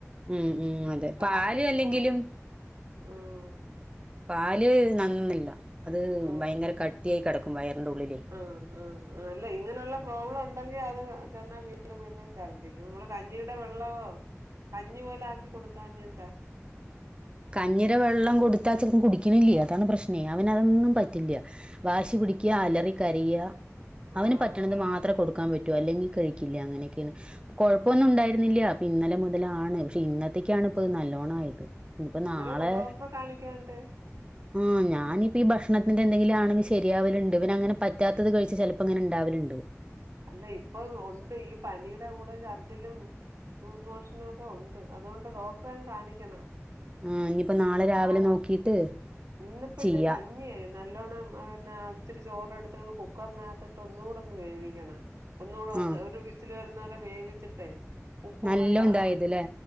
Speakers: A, on the right (about 20°); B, on the right (about 80°).
A: ഉം ഉം അതെ
B: കാപ്പി
A: പാല്
B: ഇട്ട്
A: അല്ലെങ്കിലും
B: കൊടുത്ത് ഉം
A: പാല് നന്നല്ല അത്
B: ഉം
A: ഭയങ്കര കട്ടിയായി കെടക്കും വയറിന്റെ ഉള്ളിലേ
B: ആഹ് ആ ഹ് ആഹ് അല്ല ഇങ്ങനെയുള്ള പ്രോബ്ലം ണ്ടെങ്കിൽ അത് ചെന്നാ വീണ്ടും വീണ്ടും ശ ദി ക്കുംനമ്മൾ കഞ്ഞിയടെ വെള്ളമോ കഞ്ഞി പോലെ ആക്കി കൊടുക്കാഞ്ഞെ എന്താ?
A: കഞ്ഞി ടെ വെള്ളം കൊടുത്താ ചെക്കൻ കുടിക്കണില്ലേ അതാണ് പ്രശ്നേ അവനതൊന്നും പറ്റില്ല വാശി പിടിക്ക അലറി കരയ്യാ
B: ആഹ്
A: അവന് പറ്റണത് മാത്രേ കൊടുക്കാൻ പ റ്റു അല്ലെങ്കി കഴിക്കില്ല അങ്ങനൊക്കെണ് കൊഴപ്പൊന്നും ഉണ്ടായിരുന്നില്ല പ്പൊ ഇന്നലെ മുതലാണ് പക്ഷെ ഇന്നത്തേക്കാണ് ഇപ്പ നല്ലോണ്മായത് ഇനിപ്പ നാളെ
B: അന്നേരം ഡോക്ടറെ കാണിക്കാഞ്ഞിട്ട്
A: ആ ഞാനിപ്പ ഈ ഭക്ഷണത്തിന്റെ എന്തെങ്കിലു ആണെങ്കി ശെരിയാവലുണ്ട് ഇവന് അങ്ങനെ പറ്റാത്തത് കഴിച്ച ചെ ലപ്പോ ങ്ങനെ ഇണ്ടാവല്ണ്ട്
B: അല്ല ഇപ്പൊ ഒണ്ട് ഈ പനിയുടെ കൂടെ ഛർദിലും ലൂസ് മോഷനു ഒക്കെ ഒണ്ട് അതുകൊണ്ട് ഡോക്ടറെം കാണിക്കണം
A: ആ, ഇനിയിപ്പോൾ രാവിലെ
B: നാളെ
A: നോക്കിയിട്ട്
B: ഇന്നിപ്പ ഇച്ചിരി
A: ചെയ്യാം
B: കഞ്ഞിയായിരുന്നു നല്ലോണ്ണം പിന്ന ഇച്ചിരി ചോറെടുത്ത് കുക്കറിനകത്തിട്ട് ഒന്നൂടൊന്ന് വേവിക്കണം ഒന്നൂടന്ന്
A: ആ
B: ഒരു വീസില് വരുന്ന വരെ വേവിച്ചിട്ടെ ഉപ്പും
A: നല്ല
B: വെള്ള
A: ഉണ്ടായത്
B: ആ
A: അല്ലേ